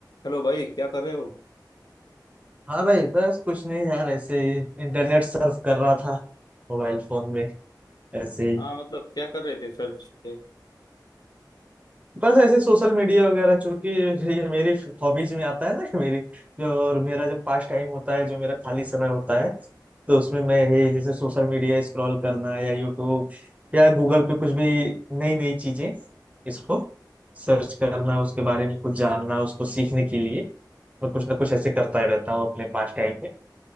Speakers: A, on the left; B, on the right.
A: Hello भाई क्या कर रहे हो
B: हाँ भाई बस कुछ नहीं यार ऐसे ही इंटरनेट सर्फ कर रहा था मोबाइल फोन में ऐसे ही
A: हाँ मतलब क्या कर रहे थे सर्च पे
B: बस ऐसे सोशल मीडिया वगैरह चूंकि ये मेरी हॉबीज में आता है ना <laughs> मेरी जो और मेरा जब पास टाइम होता है जो मेरा खाली समय होता है तो उसमें मैं ये जैसे सोशल मीडिया स्क्रॉल करना या यूट्यूब या गूगल पे कुछ भी नई नई चीजें इसको सर्च करना उसके बारे में कुछ जानना उसको सीखने के लिए मैं कुछ ना कुछ ऐसे करता ही रहता हूँ अपने पास टाइम में